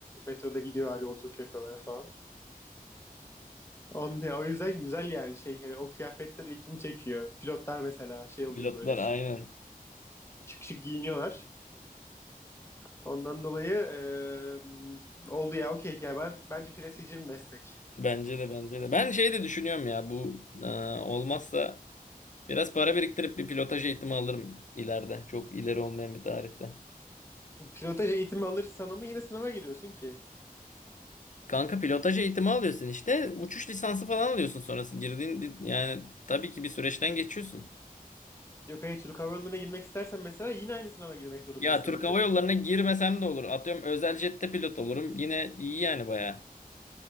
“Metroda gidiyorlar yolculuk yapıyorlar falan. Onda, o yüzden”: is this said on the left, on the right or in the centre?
Left